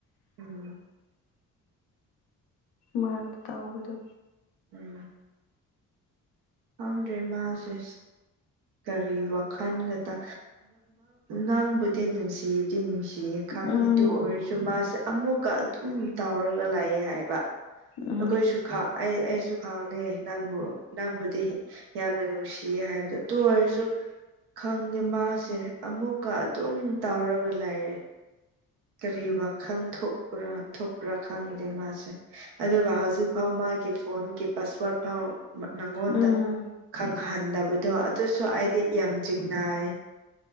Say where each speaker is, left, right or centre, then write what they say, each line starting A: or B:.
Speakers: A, on the right (about 80°); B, on the left (about 75°).
A: ꯎꯝ
B: ꯃꯥꯅ ꯇ ꯎꯕꯗꯣ
A: ꯎꯝ ꯈꯪꯗ꯭ꯔꯦ ꯃꯥꯁꯦ ꯀꯔꯤ ꯋꯥꯈꯟꯒꯗ ꯅꯕꯨꯗꯤ ꯅꯨꯡꯁꯤꯗꯤꯅꯨꯡꯁꯤ ꯁꯤ ꯈꯪꯉꯦ
B: ꯎꯝ
A: ꯑꯗꯨ ꯑꯣꯏꯔꯁꯨ ꯃꯥꯁꯦ ꯑꯃꯨꯛꯀ ꯑꯗꯨꯝ ꯇꯥꯎꯔꯒ ꯂꯥꯛꯑꯦ ꯍꯥꯏꯕ
B: ꯎꯝ
A: ꯀꯣꯏꯁꯨꯨꯈꯥ ꯁꯨ ꯈꯥꯡꯉꯦ ꯅꯪꯕꯨ ꯅꯪꯕꯨꯗꯤ ꯌꯥꯝꯅ ꯅꯨꯡꯁꯤꯌꯦ ꯍꯥꯏꯕꯗꯣ ꯑꯗꯨꯣ ꯑꯣꯏꯔꯁꯨ ꯈꯪꯗꯦ ꯃꯥꯁꯦ ꯑꯃꯨꯛꯀ ꯑꯗꯨꯝ ꯇꯥꯎꯔꯒ ꯂꯩꯔꯦ ꯀꯔꯤ ꯋꯥꯈꯜ ꯊꯣꯛꯄ꯭ꯔꯥ ꯊꯣꯛꯄ꯭ꯔꯥ ꯈꯪꯗꯦ ꯃꯥꯁꯦ ꯑꯗꯨꯒ ꯍꯧꯖꯤꯛ ꯐꯥꯎ ꯃꯥꯒꯤ ꯐꯣꯟꯒꯤ ꯄꯥꯁꯋꯥꯔꯗ ꯐꯥꯎ ꯅꯪꯉꯣꯟꯗ
B: ꯎꯝ
A: ꯈꯪꯍꯟꯗꯕꯗꯣ ꯑꯗꯨꯁꯨ ꯑꯩꯗꯤ ꯌꯥꯝ ꯆꯤꯡꯅꯥ